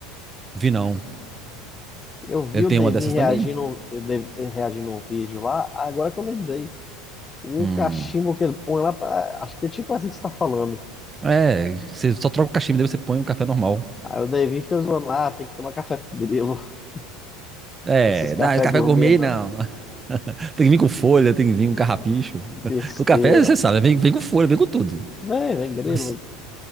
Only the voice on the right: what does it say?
vi não.
Ele
tem
uma dessas
também?
Hum.
É, você só troca o cachimbo, daí você põe um café normal.
É,
não, esse café
gourmet
não. <laughs> Tem que vir com folha, tem que vir com carrapicho. <laughs>
Porque o café, você sabe, vem, vem com folha, vem com tudo.
Mas,